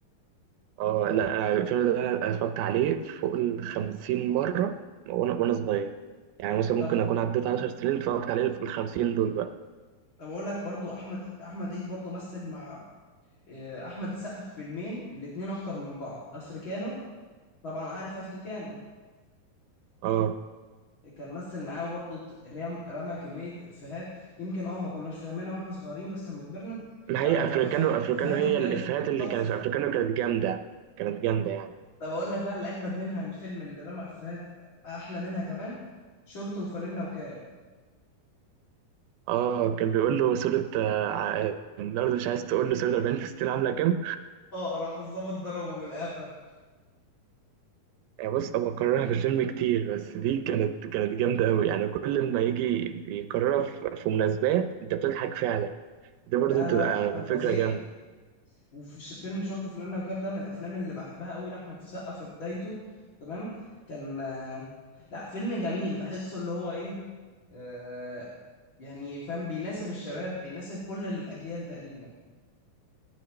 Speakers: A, on the right; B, on the left.
A: اه لا أنا الفيلم ده انا اتفرجت عليه فوق ال 50 مره وانا وانا صغير يعني مثلا
B: طب
A: ممكن اكون عديت 10 سنين اتفرجت عليه في ال 50 دول بقى
B: طب اقول لك برضو احمد احمد عيد برضو مثل مع آه، احمد السقا في فيلمين الاتنين اخطر من بعض افريكانو طبعا عارف افريكانو
A: اه
B: كان مثل معاه وبرضه رم رمى كمية إفيهات يمكن اه ما كناش فاهمينها واحنا صغيرين بس لما كبرنا
A: ما
B: لا
A: هي
B: هو
A: افريكانو
B: إف-
A: افريكانو
B: إفيهاته
A: هي
B: بجد
A: الافيهات اللي
B: تحفة
A: كانت في افريكانو كانت جامده كانت جامده يعني
B: طب أقول لك بقى اللي أجمد منها الفيلم اللي رمى إفيهات أحلى منها كمان شورت وفانلة وكاب
A: اه كان بيقول له صورة آه، ع- الأرض مش عايز تقول له صورة 40 فلسطين عاملة كام؟
B: اه راح الظابط ضربه بالقفا
A: يعني بص هو كررها في الفيلم كتير بس دي كانت كانت جامدة أوي يعني كل ما يجي يكررها في في مناسبات أنت بتضحك فعلا دي برضو
B: لا
A: بتبقى
B: لا لا كان فظيع
A: فكرة جامدة
B: وفي ش- فيلم شورت وفانلة وكاب ده من الأفلام اللي بحبها قوي لأحمد السقا في بدايته تمام كان آه، لا فيلم جميل بحسه اللي هو إيه آه، يعني فاهم بيناسب الشباب بيناسب كل الأجيال تقريبا